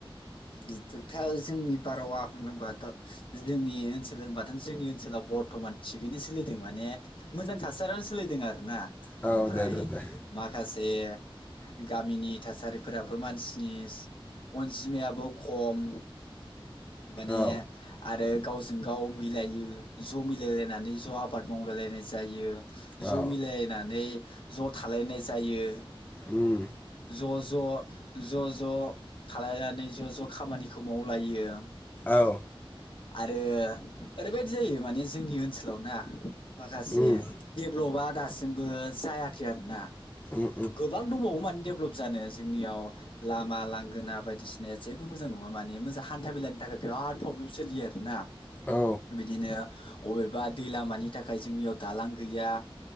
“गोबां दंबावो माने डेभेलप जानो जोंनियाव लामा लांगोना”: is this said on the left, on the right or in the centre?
Left